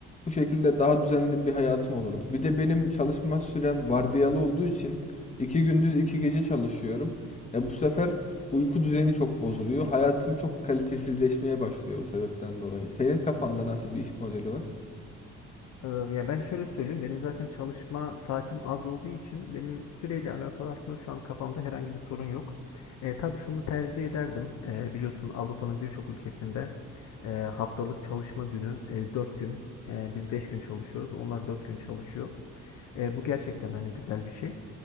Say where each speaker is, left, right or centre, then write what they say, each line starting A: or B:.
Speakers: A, on the left; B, on the left.
A: Bu şekilde daha düzenli bir hayatım olurdu. Bir de benim çalışma sürem vardiyalı olduğu için 2 gündüz 2 gece çalışıyorum. E bu sefer uyku düzeni çok bozuluyor. Hayatım çok kalitesizleşmeye başlıyor bu sebepten dolayı. Senin kafanda nasıl bir iş modeli var?
B: Ee, Ya ben şöyle söyleyeyim. Benim zaten çalışma saatim az olduğu için benim süreyle alakalı aslında şu an kafamda herhangi bir sorun yok. E, tabii şunu tercih ederdim. E, biliyorsun Avrupa'nın birçok ülkesinde e, haftalık çalışma günü e, 4 gün. E, biz 5 gün çalışıyoruz. Onlar 4 gün çalışıyor. E, bu gerçekten hani güzel bir şey.